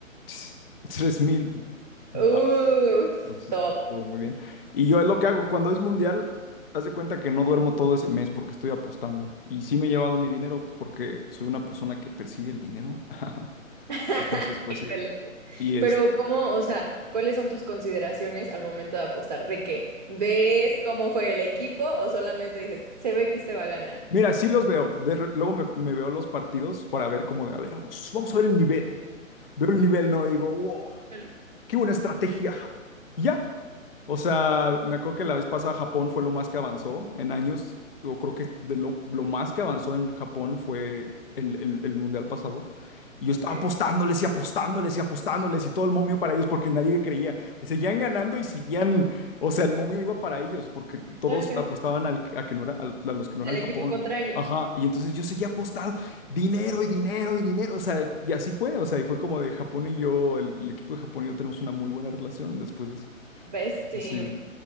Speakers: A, on the left; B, on the right.
A: <laughs> <tsk> tres mil varos.
B: Uf,
A: Entonces,
B: top.
A: pues, estuvo muy bien. Y yo es lo que hago cuando es mundial, haz de cuenta que no duermo todo ese mes porque estoy apostando. Y sí me he llevado mi dinero porque soy una persona que persigue el dinero. <laughs>
B: <laughs>
A: Entonces, pues
B: Excelente.
A: sí. Y
B: Pero
A: es,
B: ¿cómo, o sea, cuáles son tus consideraciones al momento de apostar? ¿De qué? ¿Ves cómo juega el equipo o solamente dices, se ve que este va a ganar?
A: Mira, sí los veo. De re- luego me, me veo los partidos para ver cómo de, a ver, vamos, vamos a ver el nivel. Veo el nivel, ¿no? Y digo, wow,
B: Claro.
A: qué buena estrategia. Y ya, o sea, me acuerdo que la vez pasada Japón fue lo más que avanzó en años. Yo creo que de lo, lo más que avanzó en Japón fue el, el- el mundial pasado. Y yo estaba
B: Ok.
A: apostándoles y apostándoles y apostándoles y todo el momio para ellos porque nadie creía. Seguían ganando y seguían. O sea, el momio iba para ellos porque todos
B: Ajá.
A: apostaban al, a, que no era, al- a los que no
B: El
A: eran
B: equipo
A: Japón.
B: contrario.
A: Ajá. Y entonces yo seguía apostando dinero y dinero y dinero. O sea, y así fue. O sea, y fue como de Japón y yo, el, el equipo de Japón y yo tenemos una muy buena relación después de eso.
B: Best
A: Entonces
B: team.
A: sí.